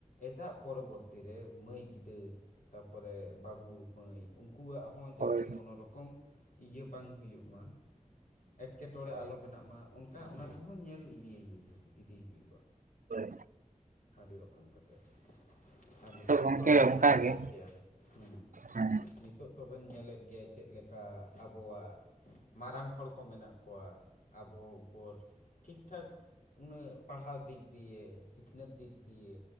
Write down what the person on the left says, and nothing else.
ᱮᱴᱟᱜ ᱯᱚᱨᱚᱵᱚᱨᱛᱤ ᱨᱮ ᱢᱟᱹᱭ ᱜᱤᱫᱟᱹᱨ ᱛᱟᱨᱯᱚᱨᱮ ᱵᱟᱹᱵᱩ ᱢᱟᱹᱭ ᱩᱱᱠᱩᱣᱟᱜ ᱦᱚᱸ ᱡᱟᱛᱮ
ᱠᱳᱱᱳ ᱨᱚᱠᱚᱢ ᱤᱭᱟᱹ ᱵᱟᱝ ᱦᱩᱭᱩᱜ ᱢᱟ, ᱮᱴᱠᱮᱴᱚᱬᱮ
ᱟᱞᱚ ᱵᱮᱱᱟᱜ ᱢᱟ᱾ ᱚᱱᱠᱟ ᱚᱱᱟ ᱠᱚᱦᱚᱸ ᱧᱮᱞ <unintelligible> ᱤᱫᱤᱭ ᱦᱩᱭᱩᱜᱼᱟ᱾
ᱟᱹᱰᱤ ᱨᱚᱠᱚᱢ ᱠᱟᱛᱮᱜ, ᱟᱨ ᱱᱤᱛᱳᱜ
ᱚᱵᱮᱱ
ᱧᱮᱞᱮᱫ
ᱜᱮᱭᱟ ᱦᱮᱸ
ᱱᱤᱛᱳᱜ ᱛᱚᱵᱮᱱ ᱧᱮᱞᱮᱫ ᱜᱮ ᱪᱮᱫ ᱞᱮᱠᱟ ᱟᱵᱚᱣᱟᱜ ᱢᱟᱨᱟᱝ ᱦᱚᱲ ᱠᱚ ᱢᱮᱱᱟᱜ ᱠᱚᱣᱟ ᱟᱵᱚ ᱩᱯᱚᱨ᱾ ᱴᱷᱤᱠᱴᱷᱟᱠ ᱩᱱᱟᱹᱜ ᱯᱟᱲᱦᱟᱣ ᱫᱤᱠ ᱫᱤᱭᱮ ᱥᱤᱠᱷᱱᱟᱹᱛ ᱫᱤᱠ ᱫᱤᱭᱮ